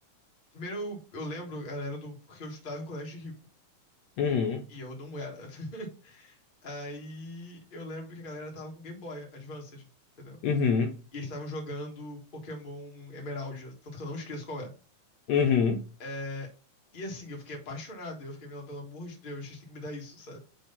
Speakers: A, on the left; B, on the left.
A: Primeiro eu, eu lembro, galera, do porque eu estudava em um colégio de rico.
B: uhum,
A: E eu não era. <laughs> Aí eu lembro que a galera tava com Game Boy Advanced, entendeu?
B: uhum,
A: E eles estavam jogando Pokémon Emerald, tanto que eu não esqueço qual é.
B: uhum,
A: É, E assim, eu fiquei apaixonado, eu fiquei, "Meu, pelo amor de Deus, vocês têm que me dar isso, sabe?